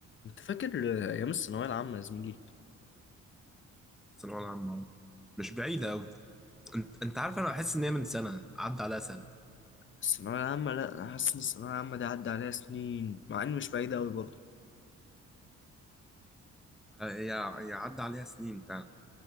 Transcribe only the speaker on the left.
انت فاكر ايام الثانويه العامه يا زميلي
الثانويه العامه لا انا حاسس ان الثانويه العامه دي عدى عليها سنين مع ان مش بعيده قوي برضه